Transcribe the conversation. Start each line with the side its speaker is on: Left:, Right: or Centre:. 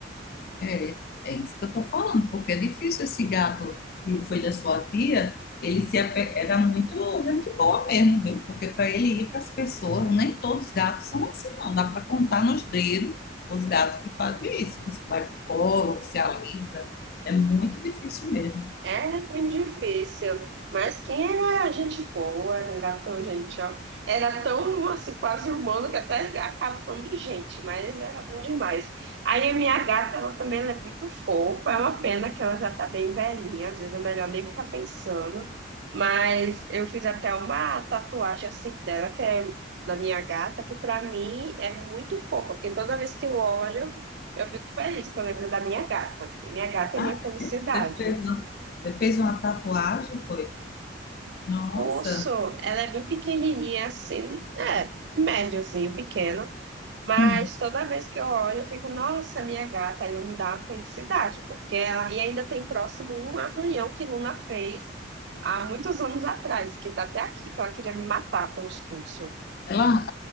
Left: É, é isso que eu tô falando, porque é difícil esse gato que foi da sua tia, ele se ape- era muito gente boa mesmo, viu? Porque para ele ir para as pessoas, nem todos os gatos são assim, não. Dá para contar nos dedos os gatos que fazem isso, que vai pro colo, que se alisa. É muito difícil mesmo.
Right: É muito difícil, mas quem era gente boa, não era tão gente, ó, era tão assim, quase humano que até acaba falando de gente, mas era bom demais. Aí a minha gata, ela também ela é muito fofa, é uma pena que ela já tá bem velhinha, às vezes é melhor nem ficar pensando, mas eu fiz até uma tatuagem assim dela, que é da minha gata, que pra mim é muito fofa, porque toda vez que eu olho, eu fico feliz, que eu lembro da minha gata, e minha gata
Left: Ah,
Right: é minha felicidade.
Left: é? você fez uma, você fez uma tatuagem, foi? Nossa,
Right: Urso, ela é bem pequenininha assim, é, médiozinho, pequena, mas
Left: Hum.
Right: toda vez que eu olho, eu fico, nossa, minha gata, aí me dá uma felicidade, porque ela, e ainda tem próximo um arranhão que Luna fez há muitos anos atrás, que tá até aqui, que ela queria me matar pelos pulsos,
Left: ela